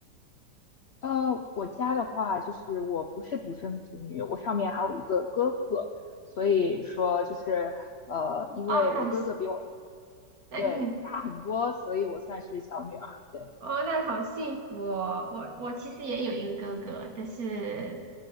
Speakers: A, on the left; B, on the right.
A: 呃，我家的话就是我不是独生子女，我上面还有一个哥哥，所以说就是呃因为我哥哥比我。
B: 哦，那是那你
A: 对，大很多，所以我算是小女儿。对，
B: 哦，那好幸福哦。我我其实也有一个哥哥，但是